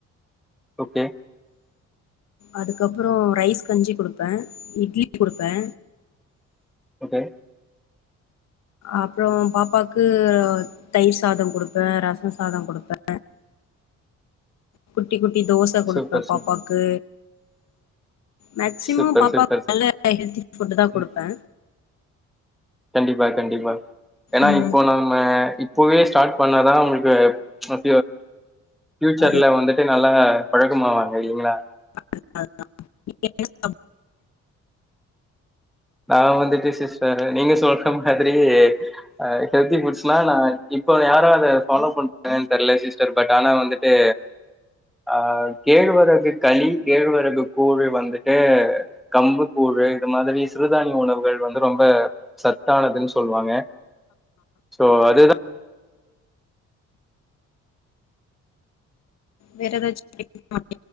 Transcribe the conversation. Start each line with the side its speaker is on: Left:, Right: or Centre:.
Centre: ஓகே
Left: அதுக்கப்புறோ ரைஸ் கஞ்சி குடுப்பே இட்லி குடுப்பே
Centre: ஓகே
Left: அப்புறோ பாப்பாக்கு தயிர் சாதோ குடுப்பே ரச சாதோ குடுப்பே குட்டி குட்டி தோச குடுப்பே
Centre: சூப்பர்
Left: பாப்பாக்கு
Centre: சூ
Left: மேக்சிமம்
Centre: சூப்பர்
Left: பாப்பாக்கு
Centre: சூப்பர்
Left: நல்ல ஹெல்தி ஃபுட்டுதா குடுப்பே
Centre: ம் கண்டிப்பா கண்டிப்பா ஏனா
Left: ம்
Centre: இப்போ நம் ம இப்பவே ஸ்டார்ட் பண்ணாதா அவங்ளுக்கு ஃப பியூச்சர்ல
Left: அது
Centre: வந்து நல்லா பழக்கமாவாங்க இல்லிங்களா
Left: <unintelligible>
Centre: நாங்க வந்துட்டு சிஸ்டர் நீங்க சொல்ற மாதிரி அ ஹெல்தி ஃபுட்ஸ்னா நா இப்ப யாரு அத ஃபாலோ பண்ற <inaudible> தெர்ல சிஸ்டர் பட் ஆனா வந்துட் டே ஆ கேழ்வரகு களி கேழ்வரகு கூழ் வந்துட்டு கம்பு கூழு இந்த மாதிரி சிறுதானிய உணவுகள் வந்து ரொம்ப சத்தானதுன் சொல்வாங்க சோ அதுதா
Left: வேற ஏதாச்சு பிடிக்குமா